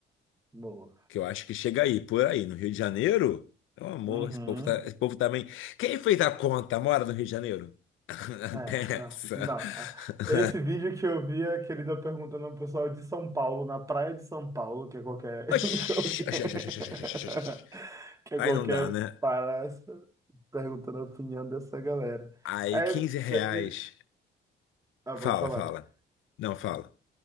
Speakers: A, on the right; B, on the left.
A: Boa.
B: Que eu acho que chega aí, por aí, no Rio de Janeiro. Meu amor,
A: Uhum.
B: esse povo, tá, esse povo também. Quem fez a conta mora no Rio de Janeiro? <laughs> Até
A: É, não,
B: essa.
A: não. ah,
B: <laughs>
A: Esse vídeo que eu vi é aquele da perguntando ao pessoal de São Paulo, na praia de São Paulo, que é qualquer, <laughs>
B: Oxi,
A: qualquer,
B: oxi, oxi, oxi, oxi, oxi, oxi, oxi,
A: que é
B: Aí
A: qualquer
B: não dá, né?
A: palhaço, perguntando a opinião dessa galera.
B: Aí
A: Aí
B: 15 reais.
A: teve, ah,
B: Fala,
A: pode falar.
B: fala. Não, fala.